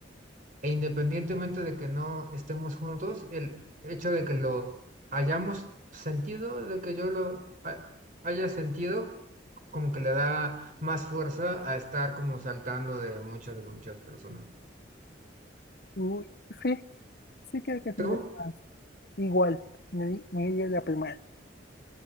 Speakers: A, on the right; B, on the left.
A: e independientemente de que no estemos juntos, el hecho de que lo hayamos sentido, de que yo lo ha- haya sentido, como que le da más fuerza a estar como saltando de muchas, de muchas personas.
B: Uy, sí, sí creo que tiene
A: ¿Tú?
B: más. Igual, me, di- me iría la primera.